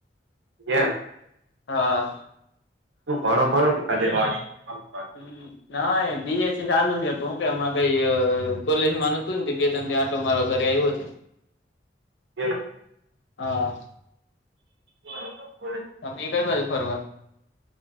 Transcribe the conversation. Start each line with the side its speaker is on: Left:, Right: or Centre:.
Right: એમ.
Left: હા.
Right: હ, ઘણ ઘણો દીખા <unintelligible>
Left: હ, ના, બીએસસી ચાલુ છે, તો હું કે, હમણા કઈ કોલેજ માં નહોતું ત્યારે. તો મારો ઘરે આવ્યો છે.
Right: એમ.
Left: હા.
Right: બરાબર.
Left: મે કંઈ બાજુ ફરવા?